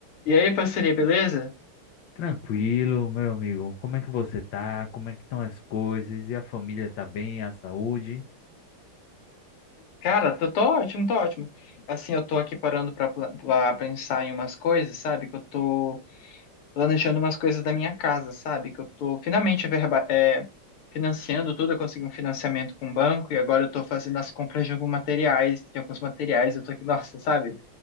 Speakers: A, on the left; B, on the left.
A: E aí, parceria, beleza?
B: Tranquilo, meu amigo. Como é que você tá? Como é que estão as coisas? E a família tá bem? A saúde?
A: Cara, tô, tô ótimo, tô ótimo. Assim, eu tô aqui parando pra, pla- pra pensar em umas coisas, sabe? Que eu tô planejando umas coisas da minha casa, sabe? Que eu tô finalmente verba, é, financiando tudo, eu consegui um financiamento com o banco e agora eu tô fazendo as compras de alguns materiais, de alguns materiais, eu tô aqui, nossa, sabe?